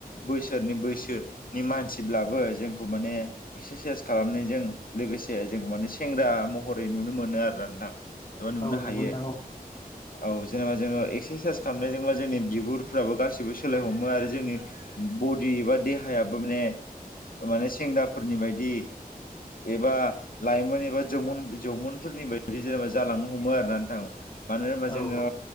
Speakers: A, on the left; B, on the left.
A: बोसोरनि बैसोनि मानसिब्लाबो जोंखौ माने एसारसाइस खालामनायजों लोगोसे जों माने सेंग्रा म हरै नुनो मोनो आरो ना नोंथां एबा नुनो
B: औ नंगौ
A: हायो
B: नोंथां औ
A: औ जेनेबा जोङो एक्सारसाइस खालामनायजोंबा जोंनि बिगुरफ्राबो गासिबो सोलाय हमो आरो जोंनि बडि एबा देहायाबो माने माने सेंग्राफोरनि बायदि एबा लाइमोन एबा जौमोन जौमोननफोरनि बायदि जेनेबा जालांनो हमो आरो ना नोंथां मानो होनबा जोङो
B: औ